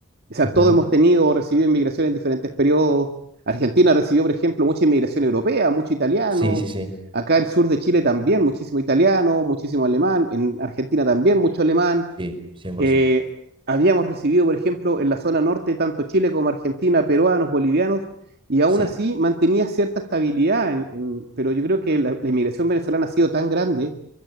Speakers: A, on the right (about 50°); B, on the right (about 25°).
A: o sea,
B: Ujú.
A: todos hemos tenido o recibido inmigración en diferentes periodos. Argentina recibió, por ejemplo, mucha inmigración europea, mucho italiano.
B: Sí, sí, sí.
A: Acá en el sur de Chile también, muchísimo italiano, muchísimo alemán. En Argentina también, mucho alemán.
B: Sí, 100%.
A: Eh, habíamos recibido, por ejemplo, en la zona norte, tanto Chile como Argentina, peruanos, bolivianos, y aún
B: Sí.
A: así mantenía cierta estabilidad. En, en, pero yo creo que la, la, inmigración venezolana ha sido tan grande